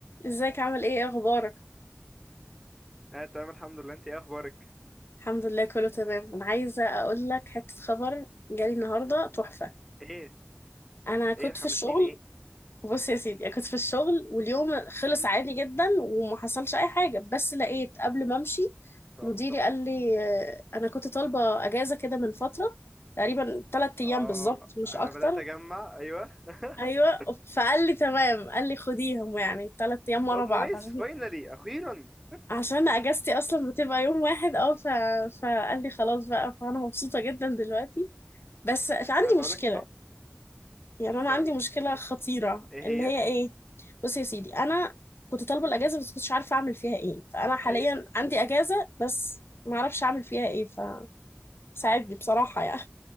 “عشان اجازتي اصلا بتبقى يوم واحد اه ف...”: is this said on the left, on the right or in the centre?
Left